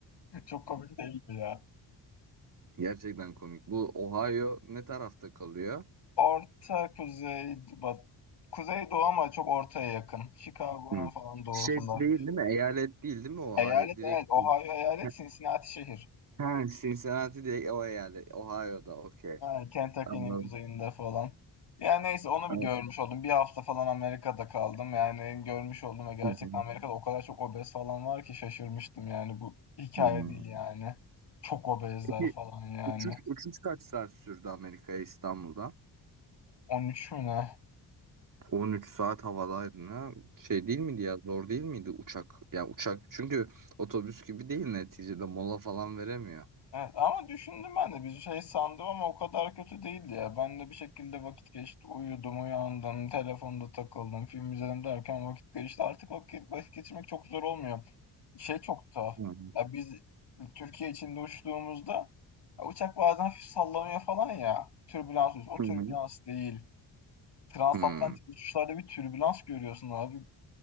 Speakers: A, on the left; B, on the right.
A: <laughs> Çok komik değil mi ya?
B: Gerçekten komik. Bu Ohio ne tarafta kalıyor?
A: Orta kuzey bat Kuzey Doğu ama çok ortaya yakın. Chicago'nun
B: Hı.
A: falan doğusunda
B: Şey değil
A: hafif.
B: değil mi? Eyalet değil değil mi Ohio?
A: Eyalet
B: Direkt.
A: evet. Ohio eyalet
B: Ha,
A: Cincinnati şehir.
B: ha, Cincinnati direkt o eyalet. Ohio'da okey.
A: Ha, Kentucky'nin
B: Anladım.
A: kuzeyinde falan. Yani neyse onu bir
B: Evet.
A: görmüş oldum. Bir hafta falan Amerika'da kaldım. Yani görmüş oldum ve gerçekten
B: Hı hı.
A: Amerika'da o kadar çok obez falan var ki şaşırmıştım yani. Bu hikaye
B: Hı hı.
A: değil yani. Çok obezler
B: Peki
A: falan yani.
B: uçuş, uçuş kaç saat sürdü Amerika'ya İstanbul'dan?
A: 13 mü ne?
B: 13 saat havadaydın ha. Şey değil miydi ya zor değil miydi uçak? Ya uçak çünkü otobüs gibi değil neticede mola falan veremiyor.
A: Evet, ama düşündüm ben de bir şey sandım ama o kadar kötü değildi ya. Ben de bir şekilde vakit geçti. Uyudum, uyandım, telefonda takıldım, film izledim derken vakit geçti. Artık vakit, vakit geçirmek çok zor olmuyor. Şey çok tuhaf.
B: Hı hı.
A: Ya biz Türkiye içinde uçtuğumuzda ya uçak bazen hafif sallanıyor falan ya. Türbülans oluyor. O
B: Hı
A: türbülans
B: hı.
A: değil. Transatlantik
B: Hı.
A: uçuşlarda bir türbülans görüyorsun abi.